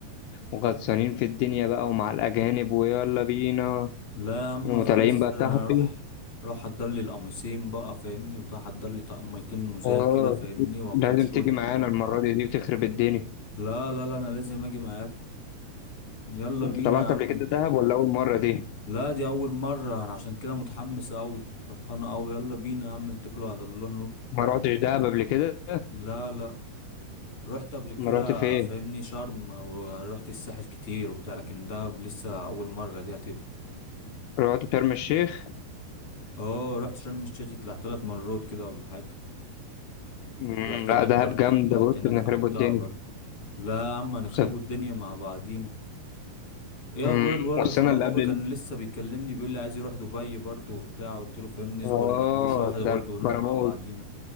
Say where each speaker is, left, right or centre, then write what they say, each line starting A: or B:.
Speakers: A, on the left; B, on the left.
A: وغطسانين في الدنيا بقى ومع الاجانب ويلا بينا
B: لا يا عم
A: يقوموا
B: خالص
A: طالعين بقى
B: انا
A: يا صاحبي
B: اروح اروح احضر لي القميصين بقى فاهمني وبتاع احضر لي طقميتين نزاهه
A: اه
B: كده فاهمني وكام
A: لازم
B: شورت
A: تيجي معانا المره دي دي بتخرب الدنيا
B: لا لا لا انا لازم اجي معاكم يلا
A: انت
B: بينا
A: طلعت
B: يا
A: قبل كده
B: عم
A: دهب ولا اول مره دي
B: لا دي اول مره انا عشان كده متحمس قوي فرحانه قوي يلا بينا يا عم نتكلوا على الله نروح
A: ما روحتش دهب قبل كده
B: لا لا رحت قبل كده
A: ما روحت فين
B: فاهمني شرم ورحت الساحل كتير وبتاع لكن دهب لسه اول مرة دي هتبقى
A: رحت شرم الشيخ
B: اه رحت شرم الشيخ طلع ثلاث مرات كده ولا حاجة
A: مم،
B: رحت
A: لا
B: هناك
A: دهب
B: برضو
A: جامدة
B: رحت
A: بص
B: هناك
A: بنخربوا
B: خربتها
A: الدنيا
B: برضو لا يا عم هنخربوا
A: سف...
B: الدنيا مع بعضينا ايه
A: مم،
B: اخبار الورا
A: والسنة
B: الفرماوي
A: اللي قبل
B: كان
A: ال-
B: لسه بيكلمني بيقول لي عايز يروح دبي برضو وبتاع قلت له فاهمني اصبر
A: اه
B: نحوشه واحدة
A: ده
B: برضو ونروح
A: البرامو
B: مع بعضينا